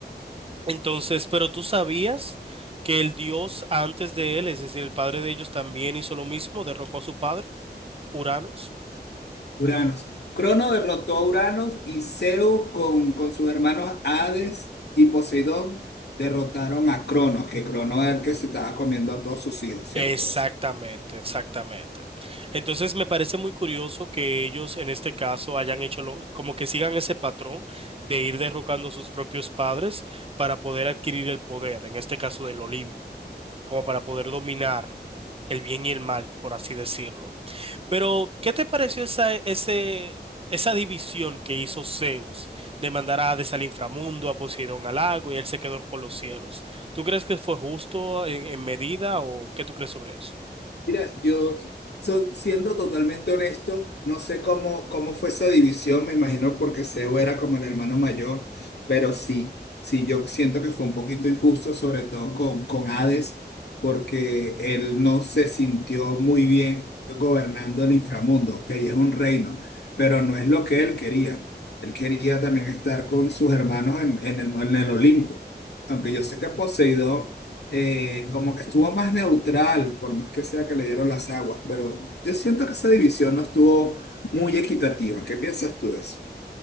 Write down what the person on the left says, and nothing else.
Uranos. Crono derrotó a Uranos y Zeus con, con sus hermanos Hades y Poseidón derrotaron a Cronos, que Crono era el que se estaba comiendo a todos sus hijos, ¿cierto?
Mira, yo so- siendo totalmente honesto, no sé cómo, cómo fue esa división, me imagino porque Seo era como el hermano mayor, pero sí, sí, yo siento que fue un poquito injusto, sobre todo con, con Hades, porque él no se sintió muy bien gobernando el inframundo, que es un reino, pero no es lo que él quería. Él quería también estar con sus hermanos en, en el, en el Olimpo, aunque yo sé que Poseidón eh, como que estuvo más neutral, por más que sea que le dieron las aguas, pero yo siento que esa división no estuvo muy equitativa. ¿Qué piensas tú de eso?